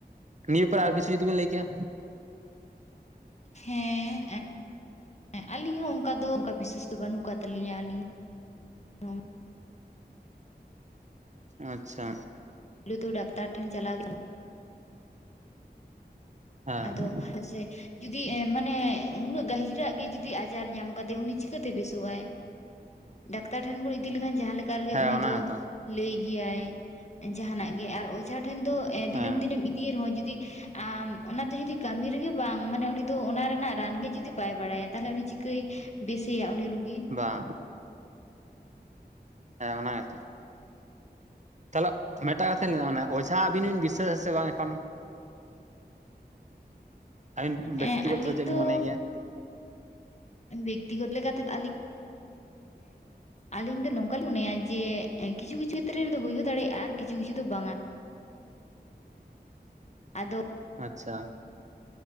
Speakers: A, on the right (about 45°); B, on the left (about 40°).
A: ᱱᱤᱭᱟᱹ ᱯᱚᱨ ᱟᱨ ᱠᱤᱪᱷᱩ ᱡᱩᱫᱤ ᱵᱤᱱ ᱞᱟᱹᱭ ᱠᱮᱭᱟ
B: ᱦᱮᱸ ᱮᱸ ᱟᱹᱞᱤᱧ ᱦᱚᱸ ᱚᱝᱠᱟ ᱫᱚ ᱚᱝᱠᱟ ᱵᱤᱥᱥᱟᱹᱥ ᱫᱚ ᱵᱟᱹᱱᱩᱜ ᱠᱟᱫ ᱛᱟᱹᱞᱤᱧᱟ ᱟᱹᱞᱤᱧ ᱦᱚᱸ
A: ᱟᱪᱪᱷᱟ
B: <unintelligible> ᱰᱟᱠᱛᱟᱨ ᱴᱷᱮᱱ ᱪᱟᱞᱟᱣ <unintelligible>
A: ᱦᱮᱸ
B: ᱟᱫᱚ <unintelligible> ᱡᱩᱫᱤ ᱮᱸ ᱢᱟᱱᱮ ᱩᱱᱟᱹᱜ ᱜᱟᱹᱦᱤᱨᱟᱜ ᱜᱮ ᱡᱩᱫᱤ ᱟᱡᱟᱨ ᱧᱟᱢ ᱠᱟᱫᱮ ᱩᱱᱤ ᱪᱤᱠᱟᱹᱛᱮ ᱵᱮᱥᱳᱜᱟᱭ? ᱰᱟᱠᱛᱟᱨ ᱴᱷᱮᱱ ᱵᱚᱱ ᱤᱫᱤ ᱞᱮᱠᱷᱟᱱ ᱡᱟᱦᱟᱸ ᱞᱮᱠ ᱠᱟᱨ ᱜᱮ
A: ᱦᱮᱸ
B: ᱩᱱᱤ
A: ᱚᱱᱟ
B: ᱫᱚ
A: ᱜᱮᱛᱚ
B: ᱞᱟᱹᱭ ᱜᱮᱭᱟᱭ ᱡᱟᱦᱟᱱᱟᱜ ᱜᱮ ᱟᱨ ᱚᱡᱷᱟ ᱴᱷᱮᱱ ᱫᱚ ᱮᱸ
A: ᱦᱮᱸ
B: ᱫᱤᱱᱟᱹᱢ ᱫᱤᱱᱮᱢ ᱤᱫᱤᱭᱮ ᱨᱮᱦᱚᱸ ᱡᱩᱫᱤ ᱟᱢ ᱚᱱᱟ ᱫᱚ ᱡᱩᱫᱤ ᱠᱟᱹᱢᱤ ᱨᱮᱜᱮ ᱵᱟᱝ ᱢᱟᱱᱮ ᱩᱱᱤ ᱫᱚ ᱚᱱᱟ ᱨᱮᱱᱟᱜ ᱨᱟᱱ ᱜᱮ ᱡᱩᱫᱤ ᱵᱟᱭ ᱵᱟᱲᱟᱭᱟ ᱛᱟᱦᱟᱞᱮ ᱩᱱᱤ ᱪᱤᱠᱟᱹᱭ ᱵᱮᱥᱮᱭ-ᱟ ᱩᱱᱤ ᱨᱩᱜᱤ᱾
A: ᱵᱟᱝ ᱦᱮᱸ ᱚᱱᱟ ᱜᱮᱛᱚ᱾ ᱛᱟᱞᱦᱮ ᱢᱮᱫᱴᱟᱝ ᱠᱟᱛᱷᱟᱧ <unintelligible> ᱚᱡᱷᱟ ᱟᱹᱵᱤᱱ ᱵᱤᱱ ᱵᱤᱥᱥᱟᱹᱥ ᱟᱥᱮ ᱵᱟᱝ ᱮᱠᱷᱚᱱ? ᱟᱹᱵᱤᱱ ᱵᱮᱠᱛᱤᱜᱚᱛᱚ
B: ᱦᱮᱸ ᱟᱹᱞᱤᱧ
A: ᱪᱮᱫ
B: ᱫᱚ
A: ᱵᱤᱱ ᱢᱚᱱᱮ ᱜᱮᱭᱟ?
B: ᱵᱮᱠᱛᱤᱜᱚᱛ <unintelligible> ᱞᱟᱹᱭᱟ ᱮᱸ ᱟᱹᱞᱤᱧ ᱫᱚ ᱱᱚᱝᱠᱟᱞᱤᱧ ᱢᱚᱱᱮᱭ-ᱟ ᱡᱮ ᱮᱸ ᱠᱤᱪᱷᱩ ᱠᱤᱪᱷᱩ ᱠᱷᱮᱛᱨᱮ ᱨᱮᱫᱚ ᱦᱩᱭ ᱦᱚᱸ ᱫᱟᱲᱮᱭᱟᱜ-ᱟ ᱟᱨ ᱠᱤᱪᱷᱩ ᱠᱤᱪᱷᱩ ᱫᱚ ᱵᱟᱝᱟ᱾ ᱟᱫᱚ
A: ᱟᱪᱪᱷᱟ